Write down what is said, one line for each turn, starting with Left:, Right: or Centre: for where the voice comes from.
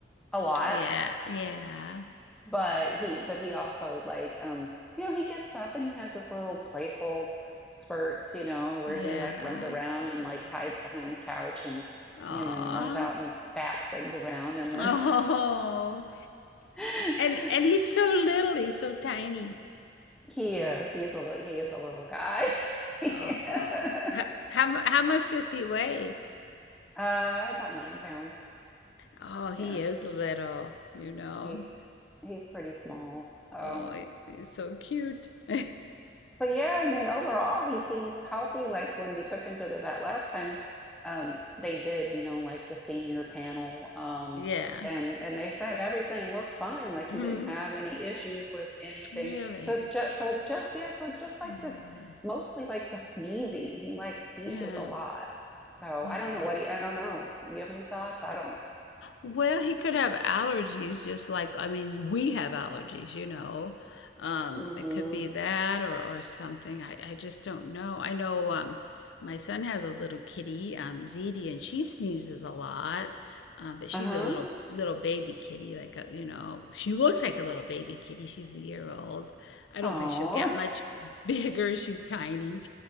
Centre: a lot.
Left: Yeah, yeah,
Centre: But he, but he also like, um, you know, he gets up and he has this little playful spurts, you know, where
Left: yeah.
Centre: he like runs around and like hides behind the couch and
Left: Aw.
Centre: and then runs out
Left: <laughs>
Centre: and bats things around and then
Left: Oh.
Centre: <laughs>
Left: And and he's so little, he's so tiny.
Centre: he is he is a li- he is a little guy. <laughs>
Left: Oh.
Centre: Yeah.
Left: How, how mu- how much does he weigh?
Centre: Uh, about nine pounds.
Left: Oh, he
Centre: Yeah,
Left: is little, you know.
Centre: he's he's pretty small. Um,
Left: Oh, he- he's so cute. <laughs>
Centre: But yeah, I mean, overall, he seems healthy. Like when we took him to the vet last time, um, they did, you know, like the senior panel, um,
Left: Yeah.
Centre: and and they said everything looked fine. Like
Left: hmm
Centre: he didn't have any issues with anything.
Left: Really.
Centre: So it's just, so it's just, yeah, so it's just like
Left: Mhm.
Centre: this, mostly like the sneezing. He like sneezes
Left: Yeah.
Centre: a lot. So
Left: Wow.
Centre: I don't know what he, I don't know. You have any thoughts? I don't.
Left: Well, he could have allergies just like I mean, we have allergies, you know. Um,
Centre: Mm-hmm.
Left: it could be that or or something. I I just don't know. I know um my son has a little kitty, um Zeddy, and she sneezes a lot. Um, but she's
Centre: Uh-huh.
Left: a little little baby kitty, like a, you know, she looks like a little baby kitty. She's a year old. I don't
Centre: Oh.
Left: think she'll get much
Centre: <laughs>
Left: <laughs> bigger. She's tiny.